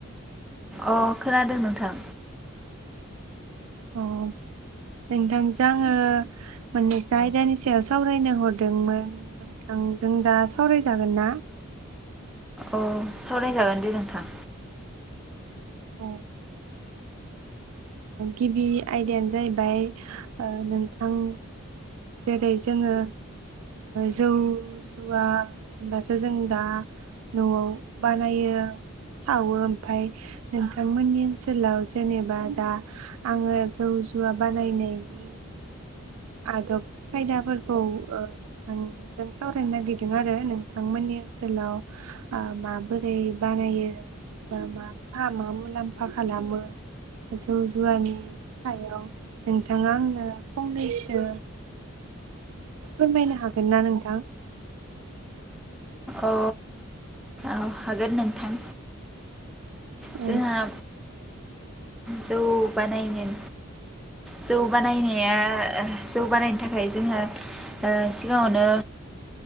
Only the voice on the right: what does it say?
अ नोंथांजों आङो मोननैसो आयदानि सायाव सावरायनो हरदोंमोन नोंथांजों दा सावरायजागोन ना
औ गिबि आयदायानो जाहैबाय नोंथां जेरै जोङो जौ जुवा होनबाथ' जों दा न'आव बानायो सावो ओमफ्राय नोंथांमोननि ओनसोलाव जेनेबा दा आङो जौ जुवा बानायनायनि आदब खायदाफोरखौ नोंथांजों सावरायनो नागिरदों आरो नोंथांमोननि ओनसोलाव माबोरै बानायो ब माा मा मुलाम्फा खालामो जौ जुवानि सायाव नोंथाङा आंनो फंनैसो फोरमायनो हागोन ना नोंथां
औ